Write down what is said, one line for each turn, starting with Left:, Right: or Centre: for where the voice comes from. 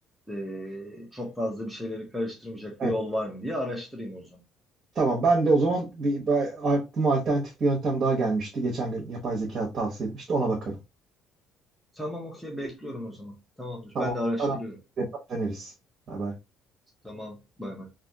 Centre: e, çok fazla bir şeyleri karıştırmayacak
Right: Evet.
Centre: bir yol var mı diye araştırayım o zaman.
Right: Tamam ben de o zaman bir, bir aklıma alternatif bir yöntem daha gelmişti. Geçen gün yapay zeka tavsiye etmişti ona bakarım.
Centre: Tamam okey bekliyorum o zaman. Tamamdır
Right: Tamam.
Centre: ben de araştırıyorum.
Right: Ara döneriz. Bay bay.
Centre: Tamam bay bay.